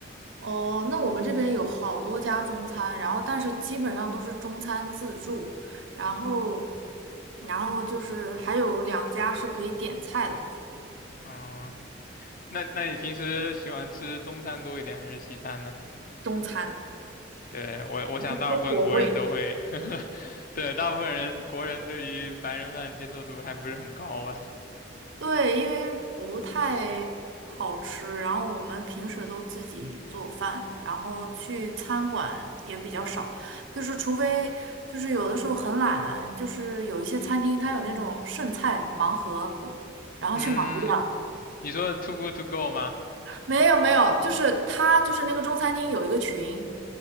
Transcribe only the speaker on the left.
<laughs> 嗯，那那你平时喜欢吃中餐多一点还是西餐呢？
对，我我想大部分国人都会，
<laughs> 对，大部分人国人对于白人饭接受度还不是很高吧？
嗯，你说 too good to go 吗？